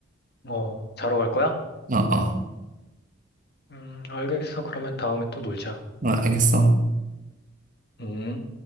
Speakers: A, on the left; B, on the right.
A: 어, 자러 갈 거야?
B: 아, 아,
A: 음, 알겠어. 그러면 다음에 또 놀자.
B: 아, 알겠어.
A: 음.